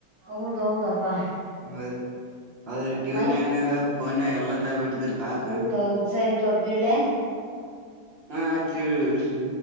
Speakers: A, on the right; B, on the right.
A: ಹೌದೌದಪ್ಪಾ
B: ಹೌದು ಹೌದು ಟಿ ವಿ
A: ಮನ್
B: ನೈನ್ ನ್ಯಾಗ ಫೋನ್ ಎಲ್ಲ ತ ಬಿಟ್ಟಿದ್ರಿ ಪಾಪ್ರೀ
A: ಹೌದೌದು ಸರಿ ತಗೋ ಇಡ್ಲೇ
B: ಹಾ ಜ